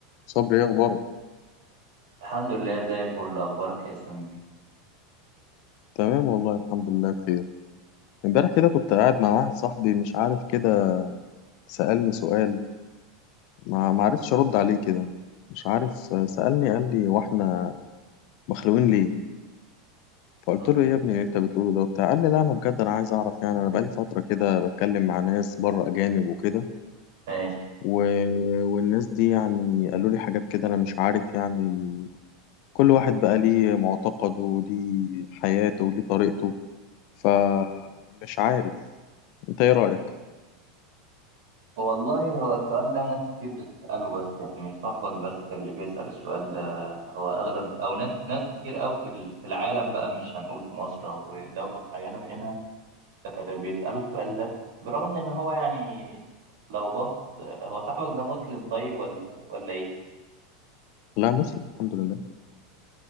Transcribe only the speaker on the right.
الحمد لله زي الفل اخبارك إيه يا سمير
م-
ماشي
والله هو السؤال ده ناس كتير بتسأله بس يعني مش صاحبك بس اللي بيسأل السؤال ده هو اغلب او ناس ناس كتير قوي في ال- في العالم بقى مش هنقول في مصر او في دولة معينة بعينها آه، بيسألوا السؤال ده برغم ان هو يعني لو بص آه، هو صاحبك ده مسلم طيب ولا ولا ايه